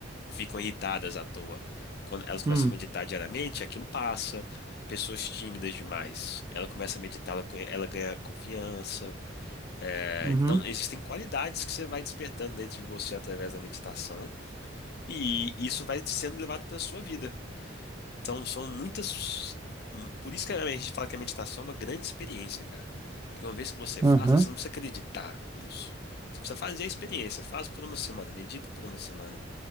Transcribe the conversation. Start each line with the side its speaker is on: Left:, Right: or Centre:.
Left: ficam irritadas à toa. Quando elas começam
Right: hum,
Left: a meditar diariamente, aquilo passa. Pessoas tímidas demais, ela começa a meditar, ela, co- ela ganha confiança. É,
Right: uhum,
Left: então, existem qualidades que você vai despertando dentro de você através da meditação, e isso vai sendo levado para a sua vida. Então, são muitas. Por isso que a gente fala que a meditação é uma grande experiência, cara. Porque uma vez que você
Right: uhum,
Left: faça, você não precisa acreditar nisso. Você precisa fazer a experiência. Faz por uma semana, medita por uma semana.